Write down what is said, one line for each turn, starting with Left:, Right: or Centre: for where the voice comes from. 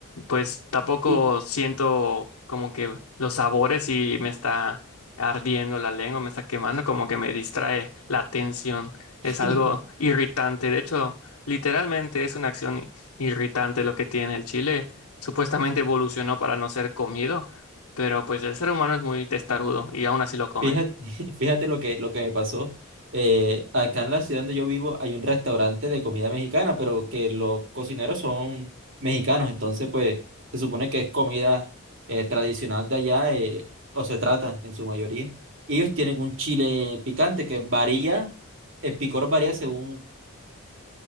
Left: pues tampoco
Right: Y
Left: siento como que los sabores y me está ardiendo la lengua, me está quemando, como que me distrae la atención. Es
Right: <laughs>
Left: algo irritante. De hecho, literalmente es una acción irritante lo que tiene el chile. Supuestamente evolucionó para no ser comido, pero pues el ser humano es muy testarudo y aún así lo come.
Right: Fíjate, <laughs> fíjate lo que, lo que me pasó. Eh, acá en la ciudad donde yo vivo hay un restaurante de comida mexicana, pero que los cocineros son mexicanos, entonces pues se supone que es comida eh, tradicional de allá, eh, o se trata en su mayoría. Y ellos tienen un chile picante que varía, el picor varía según